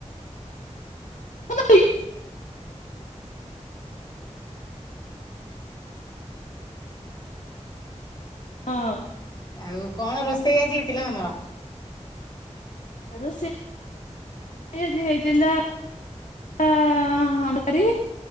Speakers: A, on the left; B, on the left.
A: <inaudible> ହଁ
B: ଆଉ କଣ ରୋଷେଇ ଆଜି ହେଇଥିଲା ତମର?
A: ରୋଷେଇ ଆଜି ହେଇଥିଲା ଆ ଆ ତରକାରୀ